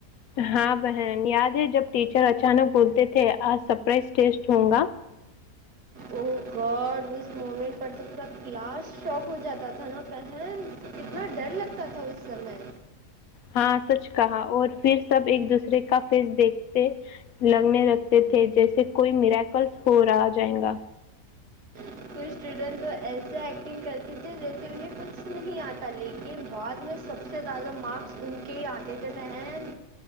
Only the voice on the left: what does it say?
ہاں بہن یاد جب ٹیچر اچانک بولتے تھے آج سرپرائز ٹیسٹ ہوں گا
ہاں سچ کہا اور پھر سب ایک دوسرے کا فیس دیکھتے لگنے لگتے تھے جیسے کوئی میریکلس ہو رہا جائے گا